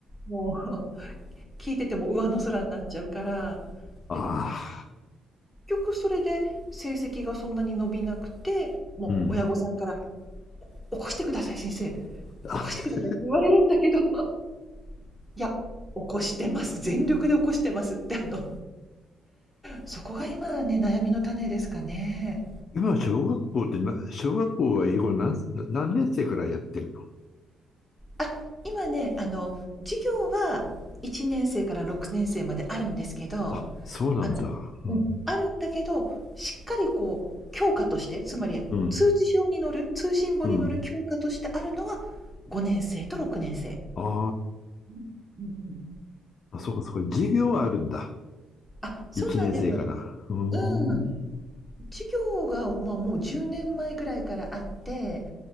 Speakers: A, in the centre; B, on the left (about 50°).
A: もう <laughs> 聞いてても上の空になっちゃうから、
B: ああ
A: で、結局それで成績がそんなに伸びなくて、もう親御さんから起
B: うん。
A: こしてください先生、起
B: あ
A: こしてくださいって言われるんだけど、
B: <laughs>。
A: <laughs> いや、起こしてます、全力で起こしてますってあのそこが今ね、悩みの種ですかね。
B: 今小学校ってな、小学校は英語何、何年生からやってるの
A: あ、今ね、あの、授業は1年生から6年生まであるんですけど、
B: あ、そうなんだ。
A: あの
B: うん。
A: うん、あるんだけど、しっかりこう教科として、つまり通知表に載る、
B: うん
A: 通信簿に載る教科としてあるのは5年生と6年生。
B: うんあ
A: うんうんうん。
B: あ。あ、そうかそうか。授業はあるんだ。
A: あ、そうなんですよ。
B: 1年生から。うーん。
A: うん。授業が、まあ、もう10年前ぐらいからあって、